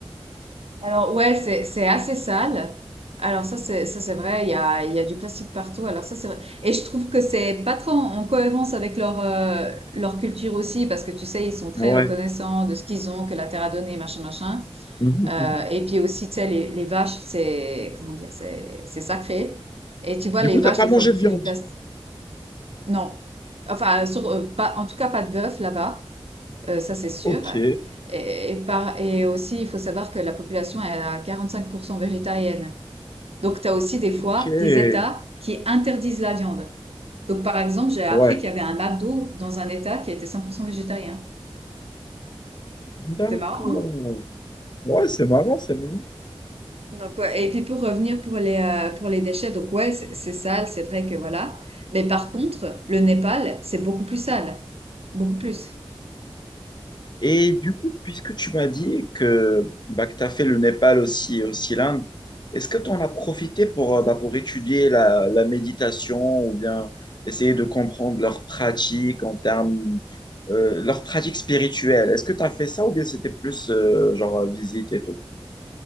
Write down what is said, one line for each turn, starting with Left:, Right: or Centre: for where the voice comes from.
Right: Alors ouais, c'est c'est assez sale. Alors ça c'est ça c'est vrai, il y a il y a du plastique partout. Alors ça c'est vrai. Et je trouve que c'est pas trop en, en cohérence avec leur euh, leur culture aussi parce que tu sais ils sont très
Left: Ouais.
Right: reconnaissants de ce qu'ils ont que la terre a donné machin machin.
Left: Mhm,
Right: Euh,
Left: mhm.
Right: et puis aussi tu sais les les vaches c'est comment dire c'est c'est sacré. Et tu vois
Left: Du
Right: les
Left: coup,
Right: vaches
Left: t'as pas
Right: des
Left: mangé
Right: fois bouffer
Left: de viande.
Right: du plastique. Non. Enfin sur euh, pas en tout cas pas de bœuf là-bas. Euh, ça c'est sûr.
Left: Ok,
Right: Et, et, par, et aussi, il faut savoir que la population elle est à 45% végétarienne. Donc, tu as aussi des
Left: ok.
Right: fois des États qui interdisent la viande. Donc, par exemple, j'ai appris
Left: Ouais.
Right: qu'il y avait un McDo dans un État qui était 100% végétarien.
Left: D'accord.
Right: C'est marrant, hein?
Left: Ouais, c'est marrant, c'est marrant.
Right: Donc, ouais. Et puis, pour revenir pour les, euh, pour les déchets, donc, ouais, c'est c'est sale, c'est vrai que voilà. Mais par contre, le Népal, c'est beaucoup plus sale. Beaucoup plus.
Left: Et du coup, puisque tu m'as dit que, bah, que tu as fait le Népal aussi, aussi l'Inde, est-ce que tu en as profité pour, euh, bah, pour étudier la, la méditation ou bien essayer de comprendre leurs pratiques en termes, euh, leurs pratiques spirituelles? Est-ce que tu as fait ça ou bien c'était plus euh, genre euh, visite et tout?